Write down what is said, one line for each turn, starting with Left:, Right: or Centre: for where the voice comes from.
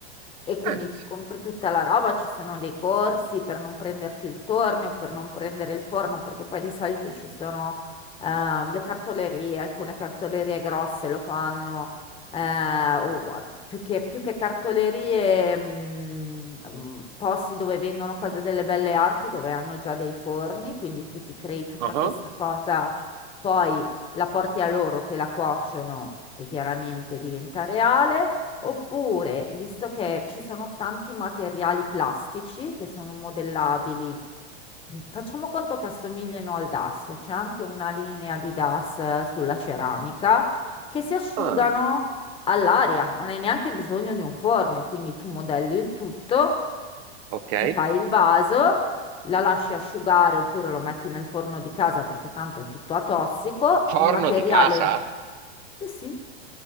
Left: E quindi
Right: Eh. sì.
Left: ti compri tutta la roba, ci sono dei corsi per non prenderti il tornio, per non prendere il forno, perché poi di solito ci sono ehm, le cartolerie, alcune cartolerie grosse lo fanno, eh, o- più che, più che cartolerie, mm, mm, posti dove vendono cose delle belle arti, dove hanno già dei forni, quindi tu ti crei tutta
Right: uh-huh.
Left: questa cosa, poi la porti a loro, te la cuociono e chiaramente diventa reale. Oppure, visto che ci sono tanti materiali plastici che sono modellabili, facciamo conto che assomigliano al DAS, c'è anche una linea di DAS eh, sulla ceramica che si asciugano
Right: Ah,
Left: all'aria, non hai neanche bisogno di un forno, quindi tu modelli il tutto,
Right: ok.
Left: ti fai il vaso, la lasci asciugare oppure lo metti nel forno di casa perché tanto è tutto atossico,
Right: Forno
Left: il materiale...
Right: di casa?
Left: Sì, sì.